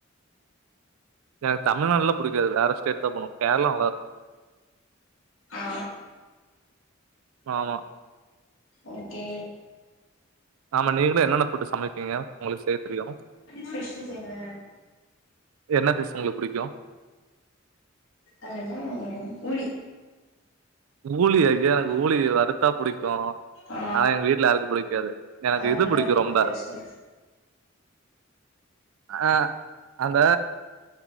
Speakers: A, on the right; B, on the left.
A: எனக் தமில்நால்ல புடிக்காது வேற ஸ்டேட்தா போனு கேர்ளா நல்லா
B: ஆ
A: ஆமா
B: ஓகே
A: ஆமா நீங்ளு என்னன்ன ஃபுட்டு சமைப்பீங்க உங்களுக்கு செய்ய தெரியும்?
B: ஃபிஷ்ஷு செய்வன்
A: என்ன ஃபிஸ் ஒங்ளுக்கு புடிக்கும்
B: அதெண்ண ஊளி
A: ஊளியா இது எனக்கு ஊளி வறுத்தா புடிக்கும்
B: ஆ
A: ஆனா எங்க வீட்ல யாருக்கும் புடிக்காது எனக்கு
B: அது
A: இது
B: நல்லாருக்கு
A: புடிக்கு ரொம்ப
B: டேஸ்ட்டா
A: அஹ் அந்த